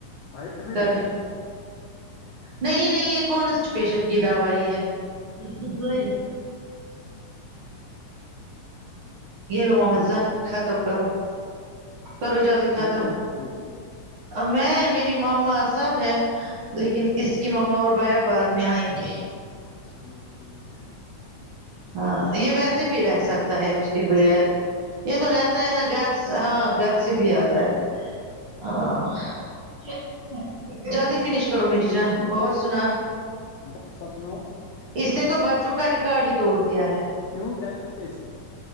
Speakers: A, on the left (about 75°); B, on the right (about 50°).
A: آیورویدک
B: کر نہیں نہیں یہ کونسٹ پیشنٹ کی دوائی ہے جبجور
A: اچھا اچھا
B: گیلومم
A: اور
B: توجان خطب کرو کرو جلدی ختم
A: کون ہے گھر پہ بھی
B: میں میری ماما سب ہے لیکن اس کی ماما اور بایا بعد میں ائیں گے
A: چلو ٹھیک ہے
B: ہاں یہ ویسے بھی رہ سکتا ہے اس کے بغیر یہ تو رہتا ہے نا گھر ہاں گھر سے بھی اتا ہے <unintelligible> جلدی فنش کرو میری جان اور سناؤ
A: بس آپ سناؤ
B: اس نے تو بچوں کا ریکارڈ ہی توڑ دیا ہے
A: کیوں چاہیے اس میں <unintelligible>